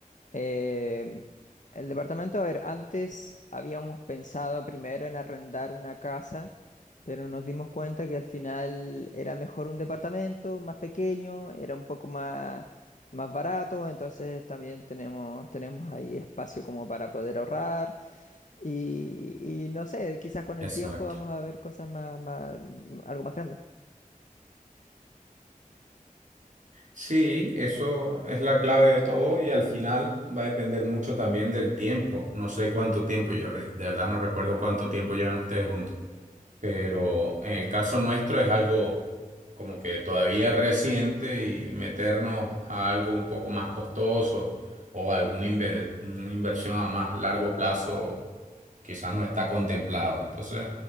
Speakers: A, on the left; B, on the right.
A: Em, el departamento, a ver, antes habíamos pensado primero en arrendar una casa, pero nos dimos cuenta que al final era mejor un departamento más pequeño, era un poco más, más barato, entonces también tenemos, tenemos ahí espacio como para poder ahorrar. Y, y no sé, quizás con el
B: Exacto.
A: tiempo vamos a ver cosas más, más- algo más grande.
B: Sí, eso es la clave de todo y al final va a depender mucho también del tiempo. No sé cuánto tiempo, yo re- de verdad no recuerdo cuánto tiempo llevan ustedes juntos, pero en el caso nuestro es algo como que todavía reciente y meternos a algo un poco más costoso o alguna inver- una inversión a más largo plazo quizás no está contemplado. Entonces,